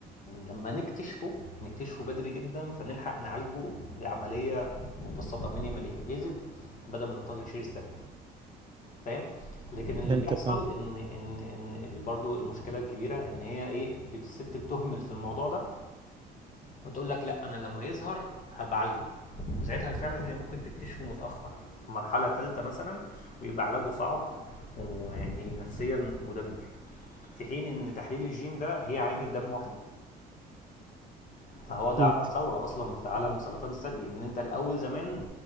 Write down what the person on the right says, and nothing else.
فهمتك
اه
اكيد